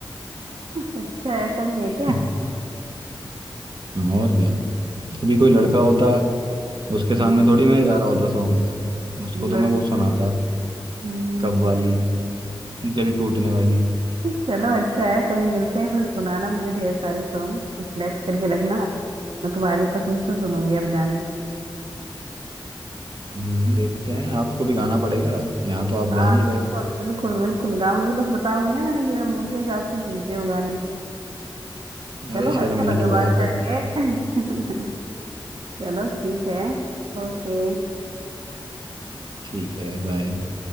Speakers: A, on the right; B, on the right.
A: अच्छा ऐसा भी है क्या
B: है <laughs> और क्या अभी कोई लड़का होता उसके सामने
A: हम्म
B: थोड़ी मैं ही गा रहा होता सॉन्ग्स उसको
A: लड़के
B: तो मैं वो सुनाता
A: हम्म,
B: कब वाली
A: अच्छा।
B: दिल टूटने वाली
A: <laughs> चलो अच्छा है कहीं मिलते हैं फिर सुनाना मुझे ढेर सारे सॉन्ग और सिलेक्ट करके रखना और तुम्हारी पसंद से सुनूंगी अब गाने
B: हम्म देखते हैं आपको भी गाना पड़ेगा यहाँ तो आप
A: हाँ
B: गा नहीं
A: बिल्कुल
B: रहे हो
A: बिल्कुल बिल्कुल गाऊंगी बस बताऊंगी ना मैंने कि मैं मूड के हिसाब से सुनती हूँ गाने
B: अरे
A: चलो
B: शर्मीली
A: अच्छा लगा
B: हो
A: बात
B: आप
A: करके
B: और कुछ
A: <laughs> चलो ठीक है ओके
B: ठीक है बाय